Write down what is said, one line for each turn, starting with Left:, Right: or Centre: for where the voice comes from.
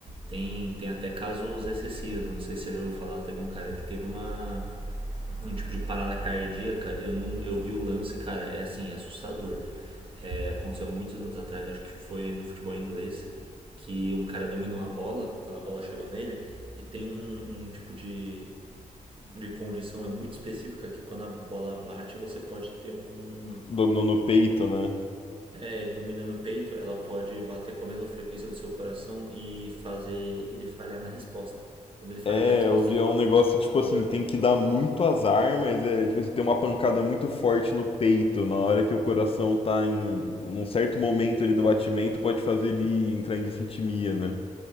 Right: tem, tem até casos excessivos, né? não sei se você já ouviu falar, teve um cara que teve uma, um tipo de parada cardíaca, eu não, eu vi o lance, cara, é assim, é assustador. É, aconteceu há muitos anos atrás, acho que foi no futebol inglês, que um cara dominou a bola, quando a bola chegou nele, e tem um, um tipo de de condição é muito específica que quando a bola bate você pode ter um
Left: Dominou no peito, né?
Right: é ele domina no peito ela pode bater com a mesma frequência do seu coração e fazer ele falhar na resposta quando ele falhar
Left: É,
Right: na resposta
Left: eu via
Right: ele
Left: um negócio tipo assim,
Right: bate
Left: tem
Right: no
Left: que dar muito azar, mas é tipo assim, tem uma pancada muito forte no peito, na hora que o coração tá em num certo momento ali do batimento, pode fazer ele entrar em disritmia, né?